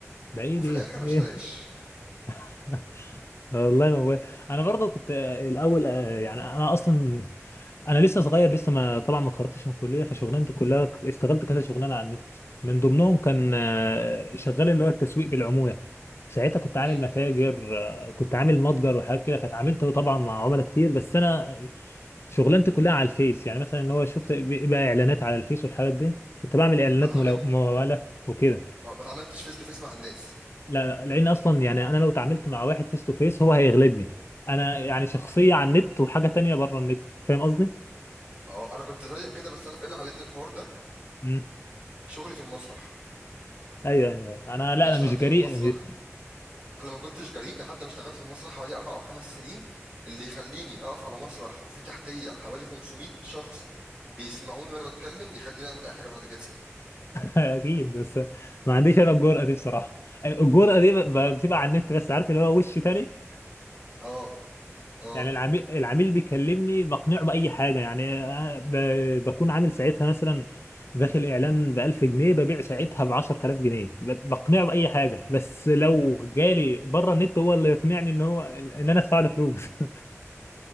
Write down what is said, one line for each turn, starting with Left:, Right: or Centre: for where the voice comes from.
Left: ده ايه
Right: وفي
Left: ده
Right: الاخر ما اشتراش
Left: ايه <laughs> والله موال انا برضه كنت آه، الاول آه، يعني انا اصلا انا لسه صغير لسه ما طبعا ما اتخرجتش من الكليه فشغلانتي كلها ك- اشتغلت كذا شغلانه على النت من ضمنهم كان آه، شغال اللي هو التسويق بالعموله ساعتها كنت عامل
Right: امم
Left: متاجر آه، كنت عامل متجر وحاجات كده فاتعاملت طبعا مع عملاء كتير بس انا شغلانتي كلها على الفيس يعني مثلا ان هو شفت بقى اعلانات على الفيس والحاجات دي كنت بعمل اعلانات
Right: ما اتعاملت
Left: ملو- مموله وكده
Right: اه ما اتعاملتش فيس تو فيس مع الناس
Left: لا لا لان اصلا يعني انا لو اتعاملت مع واحد فيس تو فيس هو هيغلبني انا يعني شخصيه على النت وحاجه تانية بره النت فاهم قصدي
Right: اه انا كنت زيك كده بس عارف ايه اللي علمني الحوار ده
Left: امم
Right: شغلي في المسرح
Left: ايوه أيوة. انا لا
Right: انا اشتغلت
Left: انا مش جريء
Right: في المسرح
Left: <laughs>
Right: انا ما كنتش جريء لحد ما اشتغلت في المسرح حوالي اربع او خمس سنين اللي يخليني اقف على مسرح وفي تحتيه حوالي 500 شخص بيسمعوني وانا بتكلم يخليني اعمل اي حاجه بعد كده <laughs>
Left: اكيد بس ما عنديش انا الجرأه دي بصراحه الجرأه دي ب- بتبقى على النت بس عارف اللي هو وش تاني
Right: اه اه
Left: يعني العميل العميل بيكلمني بقنعه بأي حاجة يعني آه، ب- بكون عامل ساعتها مثلا داخل إعلان ب 1000 جنيه ببيع ساعتها ب 10000 جنيه ب- بقنعه بأي حاجة بس لو جالي بره النت هو اللي يقنعني إن هو إن أنا أدفع له فلوس <laughs>